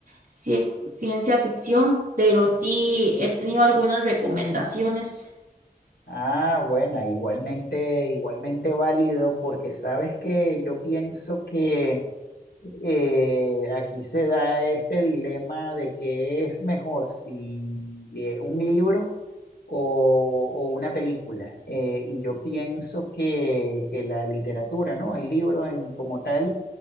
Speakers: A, on the right (about 55°); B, on the left (about 85°).
A: cie- ciencia ficción, pero sí he tenido algunas recomendaciones.
B: Ah, bueno, igualmente, igualmente válido, porque sabes que yo pienso que eh, aquí se da este dilema de que es mejor, si eh, un libro o, o una película. Eh, y yo pienso que, que la literatura, ¿no? El libro en, como tal